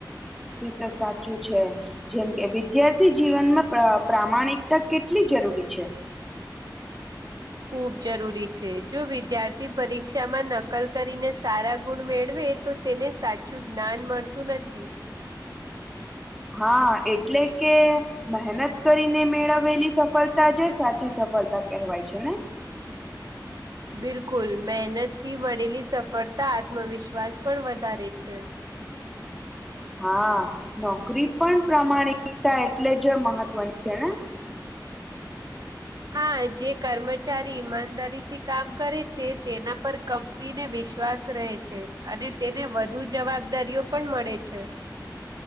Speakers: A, in the centre; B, on the right.
A: તે તો સાચું છે. જેમ કે, વિદ્યાર્થી જીવનમાં પ્રામાણિકતા કેટલી જરૂરી છે. <inaudible>
B: ખુબ જરૂરી છે. જો વિદ્યાર્થી પરીક્ષામાં નકલ કરીને સારા ગુણ મેળવે. તો તેને સાચું જ્ઞાન મળતું નથી.
A: હા, એટલે કે મહેનત. કરીને મેળવેલી સફળતા જે સાચી સફળતા કહેવાય છે ને.
B: બિલકુલ, મહેનત થી મળેલી સફળતા આત્મવિશ્વાસ પણ વધારે છે.
A: હા, નોકરી પણ પ્રામાણિકતા એટલે જ મહત્વની છે ને.
B: હા, જે કર્મચારી ઈમાનદારીથી કામ કરે છે તેના પર ક સ્ત્રીને વિશ્વાસ રહે છે અને તેને વધુ જવાબદારીઓ પણ મળે છે.